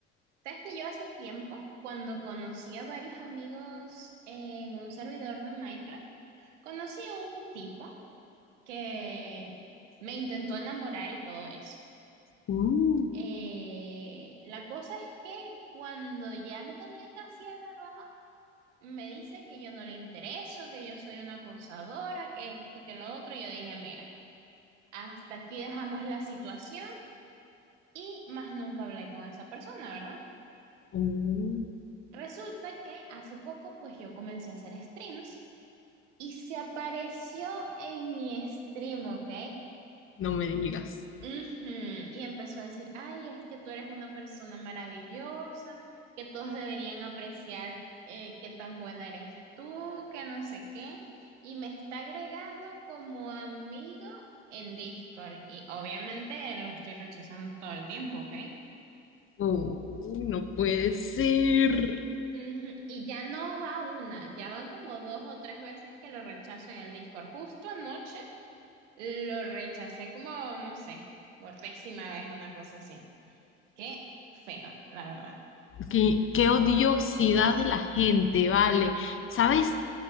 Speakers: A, on the right (about 75°); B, on the left (about 35°).
A: Sabes que yo hace tiempo, cuando conocí a varios amigos en un servidor de Minecraft, conocí a un tipo que me intentó enamorar y todo eso.
B: Uh,
A: Eh, la cosa es que cuando ya me tenía casi agarrada Me dice que yo no le intereso, que yo soy una acosadora, que esto y que lo otro. Y yo dije, mira, hasta aquí dejamos la situación y más nunca hablé con esa persona, ¿verdad?
B: uh,
A: Resulta que hace poco, pues yo comencé a hacer streams y se apareció en mi stream, ¿ok?
B: no me digas.
A: Ujú, Y empezó a decir, ay, es que tú eres una persona maravillosa, que todos deberían apreciar eh, qué tan buena eres tú, que no sé qué. Y me está agregando como amigo en Discord. Y obviamente lo estoy rechazando todo el tiempo, ¿ok?
B: Uh, no puede ser.
A: Ujú, Y ya no va una, ya van como dos o tres veces que lo rechazo en el Discord. Justo anoche lo rechacé como, no sé, por décima vez, una cosa así. Qué feo, la verdad.
B: Qué, qué odiosidad de la gente, vale. ¿Sabes?